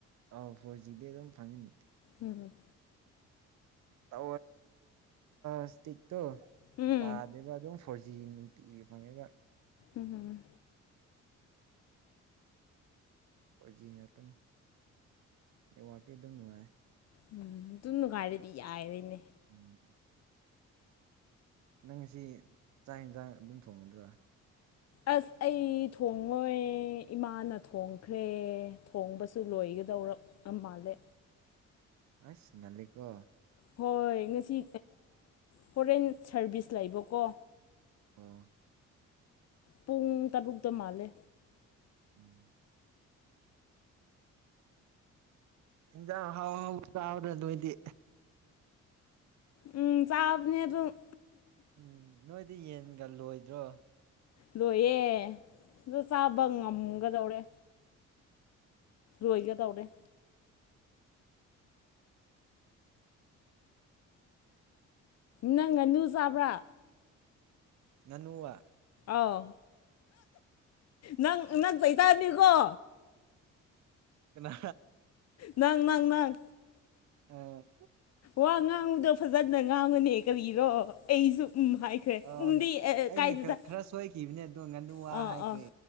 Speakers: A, on the right; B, on the left.
A: ꯑꯣ ꯐꯣꯔ ꯖꯤꯗꯤ ꯑꯗꯨꯝ ꯐꯪꯉꯟꯦ
B: ꯎꯝꯝ
A: ꯇ ꯏꯁꯇꯤꯛꯇꯣ
B: ꯎꯝ
A: ꯇꯥꯗꯕ ꯑꯗꯨꯝ ꯐꯣꯔ ꯅꯨꯡꯇꯤꯒꯤ ꯐꯪꯉꯤꯕ
B: ꯎꯝꯝ
A: ꯐꯣꯔꯖꯤ ꯉꯥꯛꯇꯅꯤ ꯅꯦꯠꯋꯥꯛꯇꯀꯤ ꯑꯗꯨꯝ ꯅꯨꯡꯉꯥꯏ
B: ꯎꯝ ꯇꯅꯅꯨꯡ ꯀꯥꯏꯔꯗꯤ ꯌꯥꯏꯔꯅꯦ
A: ꯎꯝ ꯅꯪꯁꯤ ꯆꯥꯛ ꯌꯦꯟꯁꯥꯡ ꯑꯗꯨꯝ ꯊꯣꯡꯉꯗ꯭ꯔꯣ
B: ꯑꯁ ꯑꯩ ꯊꯣꯡꯡꯂꯣꯏ ꯏꯃꯥꯅ ꯊꯣꯡꯈ꯭ꯔꯦ ꯊꯣꯡꯕꯁꯨ
A: ꯑꯣ
B: ꯂꯣꯏꯒꯗꯧꯔ ꯃꯥꯜꯂꯦ
A: ꯑꯁ ꯉꯜꯂꯤꯀꯣ
B: ꯍꯣꯏ ꯉꯁꯤ ꯐꯣꯔꯦꯟ ꯁꯔꯚꯤꯁ ꯂꯩꯕꯀꯣ
A: ꯑ
B: ꯄꯨꯡ ꯇꯔꯨꯛꯇ ꯃꯥꯜꯂꯦ
A: ꯎꯝ ꯏꯟꯖꯥꯡ ꯍꯥꯎ ꯍꯥꯎ ꯇꯥꯎ꯭ꯔ ꯑꯗꯨꯗꯤ
B: ꯎꯝ ꯆꯕꯅꯤꯔ
A: ꯎꯝ ꯅꯣꯏꯗꯤ ꯌꯦꯟꯒ ꯂꯣꯏꯗ꯭ꯔꯣ
B: ꯂꯣꯏꯌꯦꯦ ꯑꯗꯣ ꯆꯥꯕ ꯉꯝꯒꯗꯧꯔꯦ ꯂꯏꯒ ꯇꯧꯔꯔꯤꯦ ꯅꯪ ꯉ ꯅꯨꯨ ꯆꯥꯕ꯭ꯔꯥ
A: ꯅꯪꯨ ꯋꯥ
B: ꯑꯥꯎ ꯅꯪ ꯅꯪ ꯀꯩꯇꯥꯔꯅꯤꯀꯣ
A: ꯀꯅꯥ
B: ꯅꯪ ꯅꯪ ꯅꯪ
A: ꯑ
B: ꯋꯥ ꯉꯥꯡꯉꯨꯗꯣ ꯐꯖꯅ ꯉꯥꯡꯉꯅꯤ ꯀꯔꯤꯔꯣ ꯑꯩꯁꯨ ꯎꯝ ꯍꯥꯏꯈ꯭ꯔꯦ
A: ꯑ
B: ꯎꯝꯗꯤ
A: ꯑꯩꯅ
B: ꯀꯥꯏꯗꯨꯗ
A: ꯈꯔ ꯁꯣꯏꯈꯤꯕꯅꯦ ꯑꯗꯣ ꯉꯥꯅꯨ ꯋꯥ
B: ꯑꯥ
A: ꯍꯥꯏꯈ꯭ꯔꯦ
B: ꯑꯥ